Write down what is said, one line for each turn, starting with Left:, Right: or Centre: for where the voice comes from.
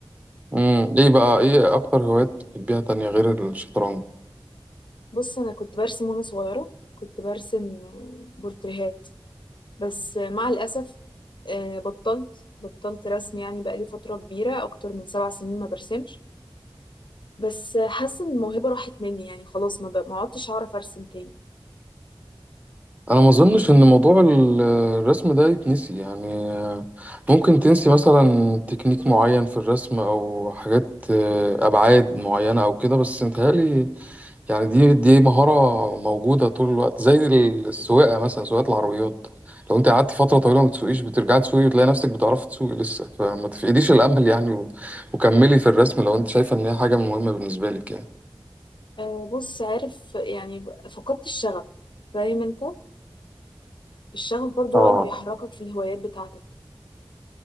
Right: مم. ايه بقى ايه اكتر هوايات بتحبيها تانية غير الشطرنج
Left: بص انا كنت برسم وانا صغيره كنت برسم بورتريهات بس مع الاسف آه، بطلت بطلت رسم يعني بقالي فتره كبيره اكتر من سبع سنين ما برسمش بس حاسه ان الموهبه راحت مني يعني خلاص ما ب- ما عدتش هعرف ارسم تاني
Right: انا ما اظنش ان موضوع ال- الرسم ده يتنسي يعني آه، ممكن تنسي مثلا تكنيك معين في الرسم او حاجات آه، ابعاد معينه او كده بس متهيألي يعني دي دي مهارة موجودة طول الوقت زي السواقة مثلا سواقة العربيات لو انت قعدت فترة طويلة ما تسوقيش بترجعي تسوقي وتلاقي نفسك بتعرفي تسوقي لسه فما تفقديش الأمل يعني و... وكملي في الرسم لو انت شايفة ان هي حاجة مهمة بالنسبة لك يعني
Left: آه، بص عارف يعني ب- فقدت الشغف فاهم انت الشغف برضو
Right: اه
Left: هو اللي بيحركك في الهوايات بتاعتك